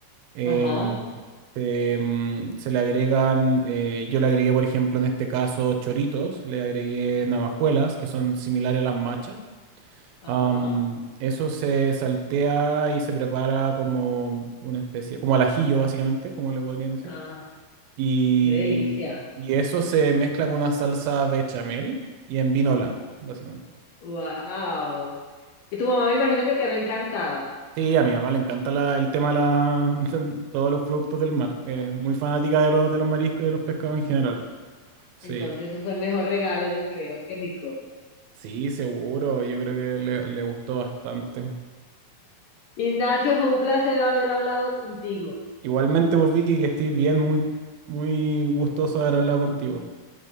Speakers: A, on the right; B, on the left.
A: Eh,
B: Ajá.
A: se, mm, se le agregan, eh, yo le agregué, por ejemplo, en este caso, choritos, le agregué navajuelas, que son similares a las machas.
B: Ajá.
A: Am, eso se saltea y se prepara como una especie, como al ajillo básicamente, como le podrían decir.
B: Ah,
A: Y,
B: qué delicia.
A: y eso se mezcla con una salsa bechamel y en vino blanco, básicamente.
B: Wow. Y tu mamá me imagino que quedó encantada.
A: Sí, a mi mamá le encanta la- el tema de la- <laughs> todos los productos del mar. Es muy fanática de los, de los mariscos y de los pescados en general. Sí,
B: Entonces, eso fue el mejor regalo, yo creo. Qué rico.
A: sí, seguro. Yo creo que le, le gustó bastante.
B: Ignacio, fue un placer haber hablado contigo.
A: Igualmente, vos, Vicky, que estés bien, muy, muy gustoso de haber hablado contigo.